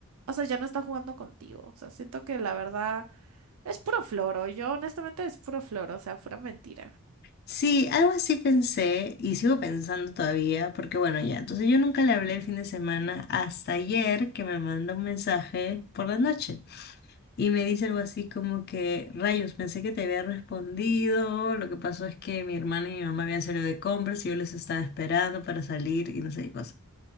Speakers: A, on the right (about 80°); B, on the left (about 45°).
A: o sea, ya no está jugando contigo. O sea, siento que la verdad es puro floro. Yo honestamente es puro floro, o sea, pura mentira.
B: Sí, algo así pensé y sigo pensando todavía, porque bueno, ya, entonces yo nunca le hablé el fin de semana hasta ayer que me mandó un mensaje por la noche. Y me dice algo así como que, rayos, pensé que te había respondido. Lo que pasó es que mi hermana y mi mamá habían salido de compras y yo les estaba esperando para salir y no sé qué cosa.